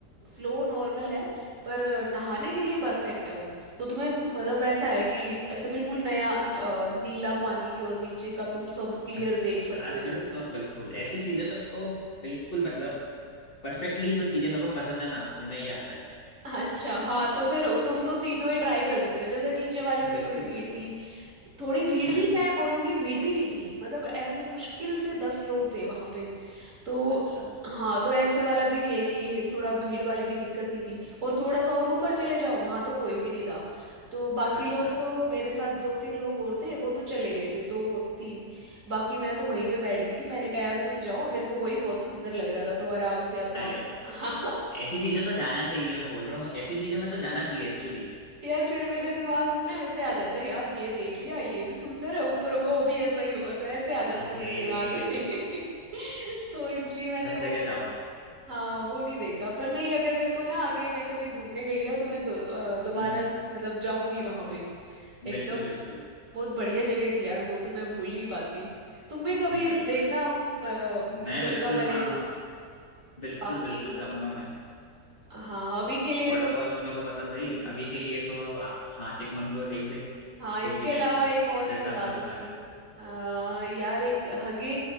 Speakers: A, on the right; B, on the left.
A: फ्लो नॉर्मल है पर नहाने के लिए परफेक्ट है वो तो तुम्हें मतलब वैसा है कि ऐसे बिल्कुल नया अ, नीला पानी और नीचे का तुम सब क्लियर
B: अच्छा
A: देख सकते
B: यार, फिर
A: हो
B: तो बिल्कुल ऐसी चीजें तो हमको बिल्कुल मतलब परफेक्टली जो चीजें मेरे को पसंद है ना उनमें ये आता है
A: अच्छा हाँ तो फिर तुम तो तीनों ही ट्राई कर सकते हो जैसे नीचे वाले पे
B: बिल्कुल
A: थोड़ी भीड़
B: बिल्कुल
A: थी थोड़ी भीड़
B: हम्म
A: भी मैं बोलूंगी भीड़ भी नहीं थी मतलब ऐसे मुश्किल से दस लोग थे वहां पे तो
B: अच्छा
A: हाँ तो ऐसे वाला भी नहीं है कि थोड़ा भीड़ वाली भी दिक्कत नहीं थी और थोड़ा सा और ऊपर चले जाओ वहाँ तो कोई भी नहीं था तो बाकी
B: अच्छा
A: लोग तो मेरे साथ दो तीन लोग और थे वो तो चले गए थे दो तीन बाकी मैं तो वहीं पे बैठ गई थी मैंने कहा यार तुम जाओ मेरे को वही बहुत सुंदर लग रहा था तो आराम से अपना
B: अरे
A: <laughs> हाँ
B: ऐसी चीजें तो जाना चाहिए मैं बोल रहा हूँ ऐसी चीजों में तो जाना चाहिए एक्चुअली
A: यार फिर मेरे दिमाग में ना ऐसे आ जाता है यार ये देख लिया ये भी सुंदर है ऊपर होगा वो भी ऐसा ही होगा तो ऐसे आ जाते
B: अरे
A: हैं मेरे दिमाग में <laughs> तो इसलिए मैंने
B: हर
A: वो
B: जगह जाओ
A: हाँ वो नहीं देखा पर नहीं अगर मेरे को ना आगे मैं कभी घूमने गई ना तो मैं दो- अ, दोबारा
B: हम्म हम्म
A: मतलब जाऊंगी वहां पे एकदम
B: बिल्कुल बिल्कुल
A: बहुत बढ़िया जगह थी यार वो तो मैं भूल नहीं पाती तुम भी कभी
B: बिल्कुल
A: देखना म-
B: मैं
A: उधर
B: बिल्कुल
A: का बने
B: हाँ हाँ
A: तो
B: बिल्कुल
A: बाकी
B: बिल्कुल जाऊंगा मैं
A: हाँ अभी के लिए
B: वाटरफॉल्स
A: तो
B: तो मेरे को पसंद है ही अभी के लिए तो आ- हाँ चिकमंगलूर है ही सही
A: हाँ इसके
B: इस वीकेंड
A: अलावा
B: तो
A: एक और
B: जैसा
A: मैं बता
B: आपने
A: सकती
B: बताया
A: हूँ अ, यार एक हगे